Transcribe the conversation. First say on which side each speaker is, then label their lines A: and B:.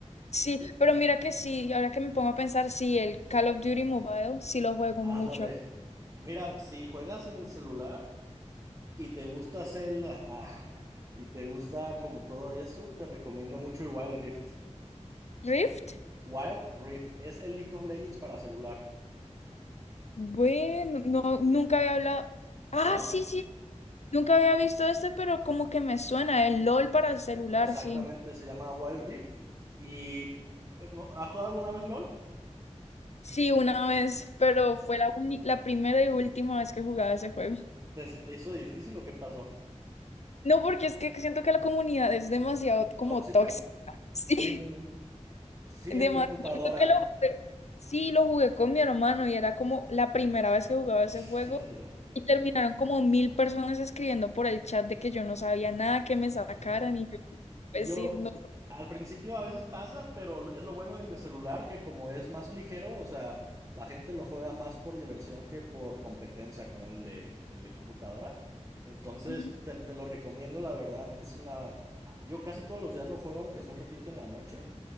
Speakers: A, on the left (about 70°); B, on the right (about 30°).
A: Sí, pero mira que sí, ahora que me pongo a pensar, sí, el Call of Duty Mobile, sí lo juego
B: Ándale.
A: mucho.
B: Mira, si juegas en el celular y te gusta hacer el- <laughs> y te gusta como todo eso, te recomiendo mucho el Wild Rift.
A: ¿Rift?
B: Wild Rift es el League of Legends para celular,
A: Bueno, no, nunca había hablado... Ah,
B: ¿no?
A: sí, sí, nunca había visto este, pero como que me suena, el LOL para el celular,
B: Exactamente,
A: sí.
B: se llama Wild Rift. Y pues, no- ¿has jugado alguna vez LOL?
A: Sí, una vez, pero fue la, uni- la primera y última vez que jugaba ese juego. <laughs>
B: ¿Te, se te hizo difícil o qué pasó?
A: No, porque es que siento que la comunidad es demasiado como
B: ¿Tóxica?
A: tóxica. <laughs> Sí,
B: Mm, sí,
A: demasiado.
B: en computadora.
A: Siento que lo jugué- sí, lo jugué con mi hermano y era como la primera vez que jugaba ese
B: <laughs>
A: juego y terminaron como mil personas escribiendo por el chat de que yo no sabía nada, que me sacaran
B: Ajá.
A: y yo,
B: Yo,
A: pues sí, no.
B: al principio a veces pasa, pero es lo bueno del de celular que como es más ligero, o sea, la gente lo juega más por diversión que por competencia como el de, el de computadora. Entonces,
A: <laughs>
B: te, te lo recomiendo, la verdad, es una... ah, Yo casi todos los días lo juego, aunque es un ratito en la noche,